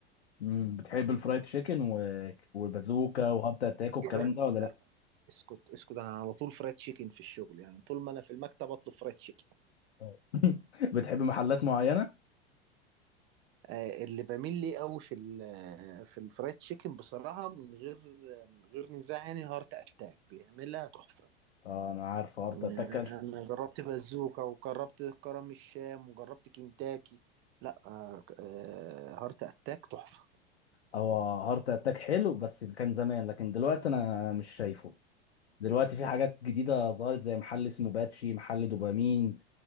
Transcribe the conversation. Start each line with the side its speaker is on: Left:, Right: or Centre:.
Left: مم، بتحب الفرايد تشيكن و... والبازوكا وهارت اتاك والكلام
Right: يا باشا
Left: ده ولا لا
Right: اسكت اسكت انا على طول فرايد تشيكن في الشغل يعني طول ما انا في المكتب اطلب فرايد تشيكن
Left: اه <laughs> بتحب محلات معينة؟
Right: آه، اللي بميل ليه قوي في ال- في الفرايد تشيكن بصراحة من غير من غير نزاع يعني هارت اتاك بيعملها تحفة
Left: اه انا عارف هارت
Right: يعني
Left: اتاك
Right: انا جربت بازوكا وجربت كرم الشام وجربت كنتاكي لا آه، آه، هارت اتاك تحفة
Left: هو هارت اتاك حلو بس كان زمان لكن دلوقتي انا مش شايفه دلوقتي في حاجات جديدة ظهرت زي محل اسمه باتشي محل دوبامين